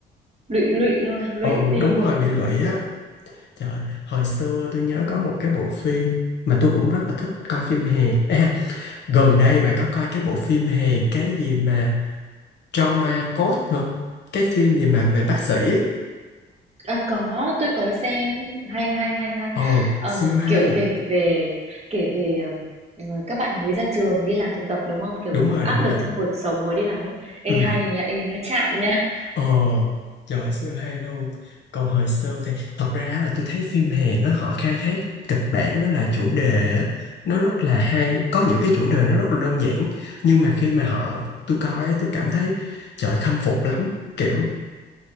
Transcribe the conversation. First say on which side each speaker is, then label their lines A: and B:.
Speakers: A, on the right; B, on the left.
A: Lụy lụy luôn,
B: ồ
A: lụy phim
B: đúng rồi
A: luôn.
B: bị lụy á trời hồi xưa tôi nhớ có một cái bộ phim mà tôi cũng rất là thích coi phim Hàn à, gần đây bà có coi cái bộ phim Hàn cái gì mà Trauma Code hả cái phim gì mà về bác sĩ ấy.
A: À, có, tôi có xem, hay, hay, hay, hay.
B: ồ
A: Ờm,
B: siêu hay
A: kiểu kể về kể về ờm, ờ, các bạn mới ra trường đi làm thực tập đúng không? Kiểu
B: đúng rồi
A: áp
B: đúng
A: lực
B: rồi
A: trong cuộc sống mới đi làm ấy. Ê
B: Ừ.
A: hay nha, ê nó chạm nha.
B: Ờ, trời siêu hay luôn. Còn hồi xưa thì thật ra là tôi thấy phim Hàn á họ khai thác kịch bản với lại chủ đề á nó rất là hay, có những cái chủ đề nó rất là đơn giản nhưng mà khi mà họ tôi coi á tôi cảm thấy trời khâm phục lắm, kiểu